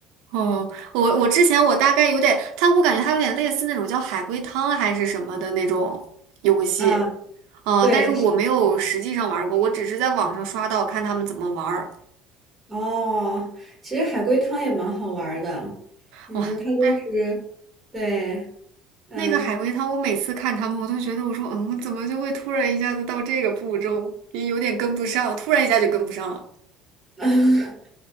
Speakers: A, on the right; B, in the centre.
A: 哦，我我之前我大概有点，它我感觉它有点类似那种叫海龟汤还是什么的那种游戏，
B: 啊，
A: 嗯、
B: 对是
A: 但是我没有实际上玩过，我只是在网上刷到看他们怎么玩儿。
B: 哦，其实海龟汤也蛮好玩的。嗯，
A: 哇，
B: 它就是对，
A: 但是
B: 嗯。
A: 那个海龟汤，我每次看他们，我都觉得我说，嗯，怎么就会突然一下子到这个步骤，也有点跟不上，突然一下就跟不上了。
B: <laughs>